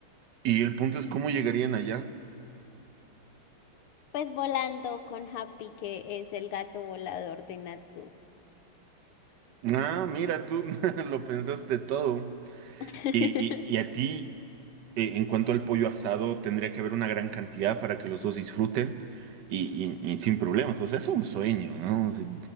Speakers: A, on the right; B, on the left.
A: Y el punto es cómo llegarían allá.
B: Pues volando con Happy, que es el gato volador de Natsu.
A: Ah, mira, tú <laughs> lo pensaste todo.
B: <laughs>
A: Y, y, y a ti. eh, en cuanto al pollo asado, tendría que haber una gran cantidad para que los dos disfruten y, y- y sin problemas. O sea, es un sueño, ¿no? O sea,